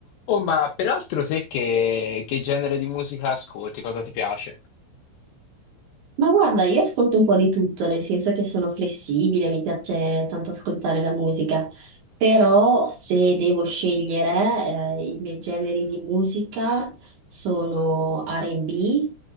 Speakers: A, on the left; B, on the right.
A: Oh, ma peraltro sai che, che genere di musica ascolti? Cosa ti piace?
B: Ma guarda, io ascolto un po' di tutto, nel senso che sono flessibile, mi piace tanto ascoltare la musica, però se devo scegliere, eh, i miei generi di musica sono R&B,